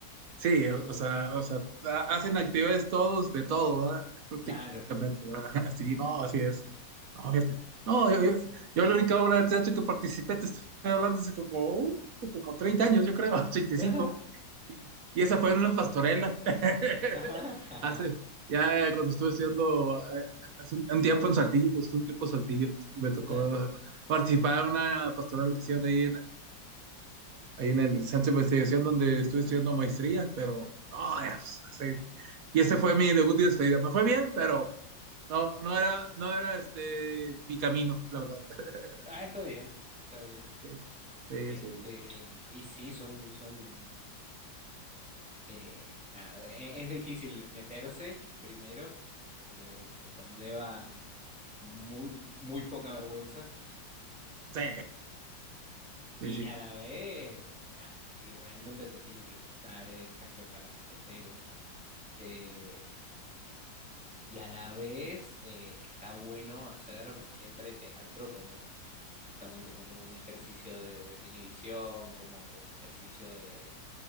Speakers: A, on the right; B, in the centre.
A: Sí,
B: intenso.
A: o, o sea, o sea, ha- hacen actividades todos de todo, ¿verdad? Prácticamente,
B: Claro.
A: ¿verdad? <laughs> Sí, no, así es. No, fíjate. No, yo, yo, yo la única obra de teatro que participé, te estoy hablando hace como, uh, como 30 años, yo creo, <laughs> 35.
B: <laughs>
A: Y, cinco. y
B: Mira.
A: y esa fue en una pastorela. <laughs>
B: Ajá, ajá.
A: Hace, ya eh, cuando estuve estudiando, eh, hace un, un tiempo en Saltillo, pues un tiempo en Saltillo, me tocó
B: ajá,
A: eh, participar en una pastoral que hicieron ahí en, ahí en el centro de investigación donde estuve estudiando maestría, pero no, es- hace- y ese fue mi debut y despedida. Me fue bien, pero no, no era, no era este mi camino, la verdad. <laughs>
B: Ah, está bien, está bien.
A: Sí, sí,
B: Este,
A: sí,
B: y sí, son, son, eh, nada, e- es, difícil meterse primero, porque conlleva muy, muy poca vergüenza.
A: sí,
B: Y
A: <laughs> sí, sí.
B: a la vez, ah, si realmente te tiene que gustar, es café para cafeteros. Eh, Y a la vez eh, está bueno hacer siempre teatro como justamente como un ejercicio de desinhibición, como un ejercicio de,